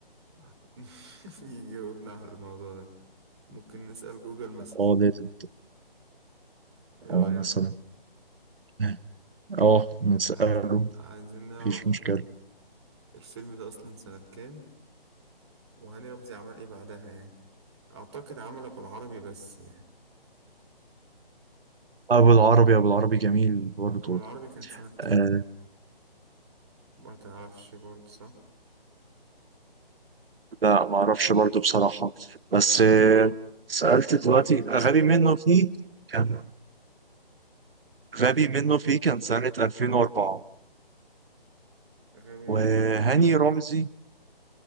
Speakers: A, on the right; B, on the right.
A: <laughs> يجاوبنا على الموضوع ده ممكن نسأل جوجل مثلا
B: آه لازم
A: ايه رأيك
B: آه مثلا آه آه، نسأله
A: عايزين عايزين نعرف
B: مفيش مشكلة
A: الفيلم ده أصلا سنة كام وهاني رمزي عمل إيه بعدها يعني أعتقد عمل أبو العربي بس يعني
B: ابو العربي ابو العربي جميل برضه
A: أبو العربي كان سنة كام
B: آه
A: ما تعرفش برضه صح
B: لا ما اعرفش برضه بصراحه بس آه سالت دلوقتي
A: ولا برضه
B: غبي
A: مش فاكر
B: منه فيه كان غبي منه فيه كان سنه 2004
A: غبي
B: وهاني
A: منه.
B: رمزي